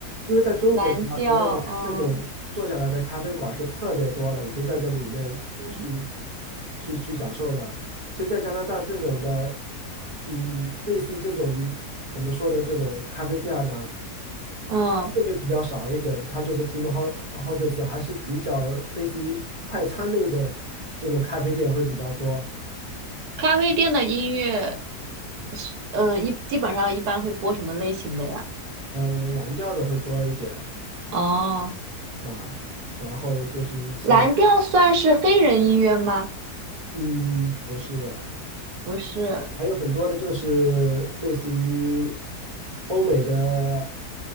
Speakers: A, on the right; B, on the right.
A: 因为在中国的话，
B: 蓝调，
A: 国内的咖这种坐下来的咖啡馆是特别多的，
B: 嗯
A: 你可以在这里面去
B: 嗯
A: 去去享受的。其实，在加拿大这种的，嗯，类似于这种我们说的这种咖啡店儿呢，
B: 嗯，
A: 就会比较少一点。它就是 Tim h o r t e n s 还是比较类似于快餐类的这种咖啡店会比较多，
B: 咖啡店的音乐是，嗯，一基本上一般会播什么类型的呀？
A: 嗯，蓝调的会多一点。
B: 哦，
A: 啊，然后就是一些，
B: 蓝调算是黑人音乐吗？
A: 嗯，不是，
B: 不是，
A: 还有很多的，就是类似于欧美的、